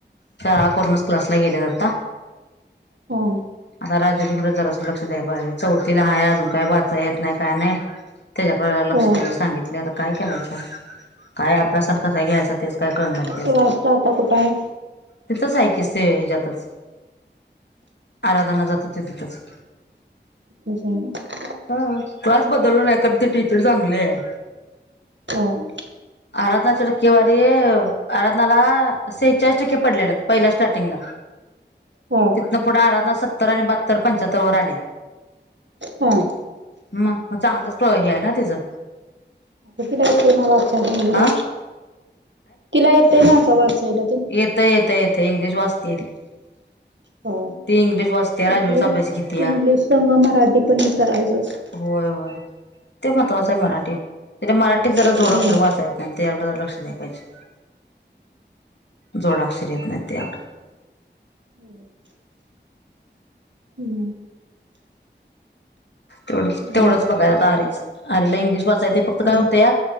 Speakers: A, on the left (about 70°); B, on the right (about 80°).
A: शाळा करूनच क्लासला गेल्या आता
B: होय
A: आता राजूरी कड जरा असं लक्ष द्याय पाहिजे चौथी ला हाय अजून काय वाचाया येत नाही काय नाही. त्याच्या कडे लक्ष
B: हा
A: द्यायला सांगितले काय करायचं काय अभ्यास कसा घ्यायच तेच तेच कळायला
B: क्लासला
A: <inaudible>
B: आता कुठं आहे
A: तिथंच ऐकस ते हेज्यातच आराधना जात होते तिथंच
B: तस आहे ना <unintelligible>
A: हा क्लास बदललो नाही कारण ते टीचर चांगली आहे.
B: होय
A: आराधनाची टक्केवारी आराधनाला सेचाळीस टक्के पडलेला पहिला स्टार्टिंगला
B: हा
A: तिथंन पुढे आराधना सत्तर आणि बहत्तर पंचाहत्तवर आल्या
B: हम्म
A: म मग चांगलंच प्रगती आहे ना तिच
B: आता तिला येते ना वाचायला वगैरे
A: अ
B: तिला येते ना आता वाचायला ते
A: येतय येतय येतय इंग्लिश वाचत्या ती
B: हा.
A: ती इंग्लिश वाचत्या राजवीर
B: इथले
A: चा अभ्यास घेतेया
B: इंग्लिश संग मराठी पण हे करायचं असतं.
A: होय होय. ते महत्वाचं आहे मराठी. इथ मराठीत जरा
B: हम्म.
A: जोडाक्षर वाचाय त्या अगोदर लक्ष द्या पाहिजे. जोडक्षर येत नाही ते एवड
B: हं. हं.
A: तेढच
B: हम्म
A: तेवढंच बघायला आता आरीच. आरीला इंग्लिश वाचायं येतय. फक्त
B: हम्म
A: काय होतया